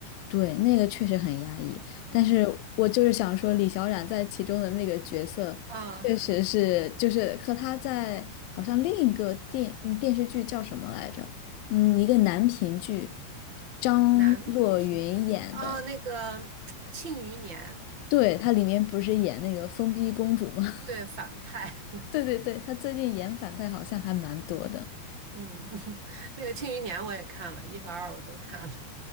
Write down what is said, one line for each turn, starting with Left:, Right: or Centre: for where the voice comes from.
Left: 对，那个确实很压抑。但是我就是想说，
Right: 嗯，
Left: 李小冉在其中的那个角色，
Right: 啊、
Left: 确实是就是和她在好像另一个电嗯电视剧叫什么来着？嗯，一个男频剧，张若昀演的。
Right: 男频，啊、那个《庆余年》
Left: 对，她里面不是演那个疯逼公主吗？
Right: 对反派，
Left: <laughs> 对对对，她最近演反派好像还蛮多的。
Right: 嗯，<laughs> 那个《庆余年》我也看了，一和二我都看了。